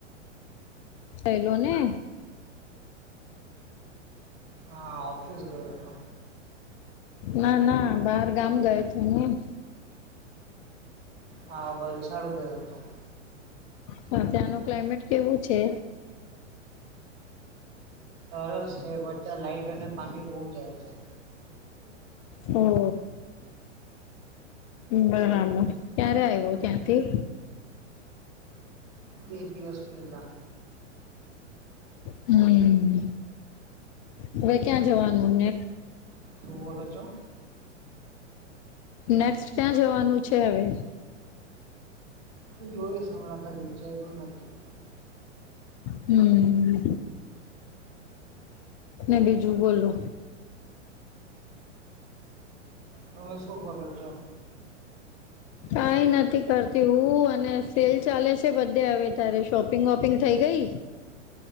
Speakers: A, on the left; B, on the right.
A: સહેલો ને
B: હા ઓફીસ ગયોતો
A: ના ના બાર ગામ ગયો છું હું.
B: હા વલસાડ ગયો હતો.
A: પણ ત્યાંનું ક્લાઇમેટ કેવું છે.
B: સરસ છે પણ ત્યાં લાઈટ અને પાણી બહુ જાય છે.
A: હો. બરાબર ક્યારે આવ્યો ત્યાંથી.
B: બે દિવસ પેલા.
A: હમ. હવે ક્યાં જવાનું ને.
B: શું બોલ છો.
A: નેક્સ્ટ ક્યાં જવાનું છે હવે.
B: એ જોઈશ હમણાં કાય વિચારું નથી.
A: હમ. ને બીજું બોલો.
B: તમે શું બોલો છો.
A: કઈ નથી કરતી હું અને સેલ ચાલે છે બધા. તે હવે ત્યારે શોપિંગ વોપિંગ થઈ ગઈ.